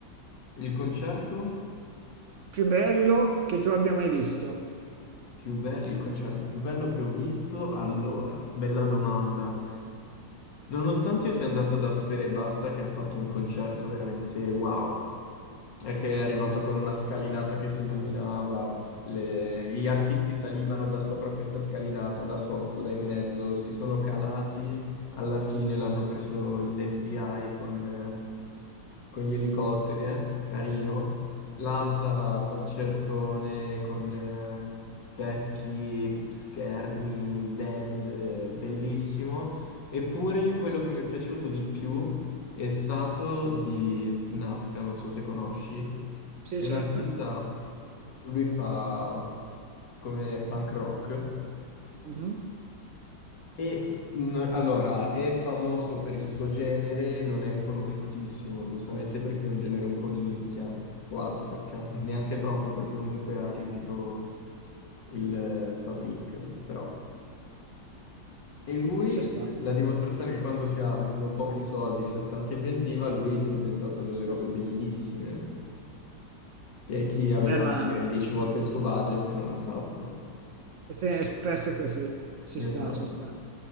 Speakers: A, on the left; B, on the right.
A: Il concerto
B: più bello che tu abbia mai visto.
A: più bello, il concerto più bello che ho visto? Allora, bella domanda. Nonostante io sia andato da Sfera Basta che ha fatto un concerto veramente wow, perché è arrivato con una scalinata che si dominava, le- gli artisti salivano da sopra questa scalinata, da sotto, da in mezzo, si sono calati, alla fine l'hanno preso l'FBI con eh, con gli elicotteri, eh? Carino. Lazza, concertone, con eh, specchi, schermi, band, eh, bellissimo. Eppure quello che mi è piaciuto di più è stato di Nasca, non so se conosci,
B: Sì,
A: che
B: certo.
A: è un artista, lui fa come punk rock
B: Mhm,
A: e mh, allora, è famoso per il suo genere, non è conosciutissimo, giustamente perché è un genere un po' di nicchia, quasi, per- cioè neanche troppo perché comunque ha riempito il eh, Fabric, però. E lui,
B: Ci sta.
A: eh, la dimostrazione che quando si hanno pochi soldi, si ha tanta inventiva, lui si è inventato delle robe bellissime che chi aveva
B: Eh, ma
A: magari 10 volte il suo budget non ha fatto, no?
B: se- è spesso così, ci
A: Esatto.
B: sta, ci sta.